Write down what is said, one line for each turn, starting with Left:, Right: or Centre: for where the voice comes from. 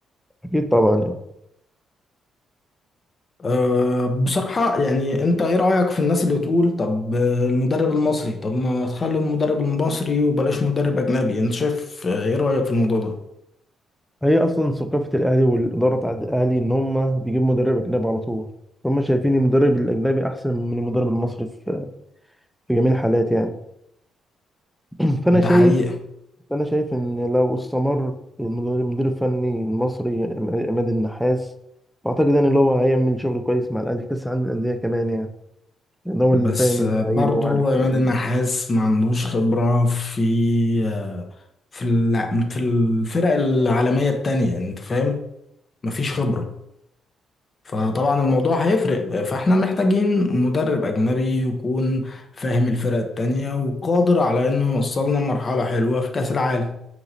Centre: اكيد طبعا يعني
Left: أه بصراحه يعني انت ايه رايك في الناس اللي تقول طب آه، المدرب المصري طب ما تخلوا المدرب المصري وبلاش مدرب اجنبي انت شايف آه، ايه رايك في الموضوع ده
Centre: هي اصلا ثقافه الاهلي والاداره بتاعت الاهلي ان هم بيجيبوا مدرب اجنبي على طول هم شايفين المدرب الاجنبي احسن من المدرب المصري في في جميع الحالات يعني <clears throat> فانا
Left: ده
Centre: شايف
Left: حقيقه
Centre: فانا شايف ان لو استمر المدير المدير الفني المصري عم- عماد النحاس واعتقد يعني اللي هو هيعمل شغل كويس مع الاهلي في كاس العالم للانديه كمان يعني لان هو
Left: بس
Centre: اللي فاهم اللعيبه
Left: آه، برضو
Centre: وعارف
Left: عماد
Centre: ال-
Left: النحاس ما عندوش خبره في آه، في الع- في الفرق العالميه التانية انت فاهم مفيش خبره فطبعا الموضوع
Centre: مم.
Left: هيفرق فاحنا محتاجين مدرب أجنبي يكون فاهم الفرق التانية وقادر على إنه يوصلنا لمرحلة حلوة في كأس العالم